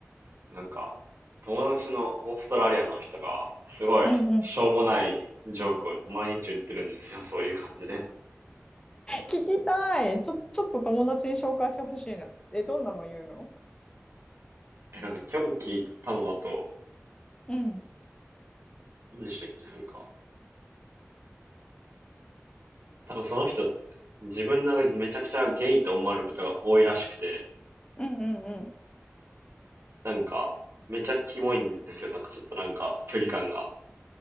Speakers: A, on the right; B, on the left.
A: なんか、友達のオーストラリアの人が、すごい、
B: うんうん。
A: しょうもないジョークを毎日言ってるんですよ、そういう感じで。
B: 聞きたい。ちょ、ちょっと友達に紹介してほしいな。え、どんなの言うの
A: え、なんか今日聞いたのだと、
B: うん。
A: 何でしたっけ、なんか、多分その人、自分なんかめちゃくちゃゲイと思われることが多いらしくて、
B: うんうんうん。
A: なんか、めちゃキモいんですよ、なんかちょっとなんか、距離感が。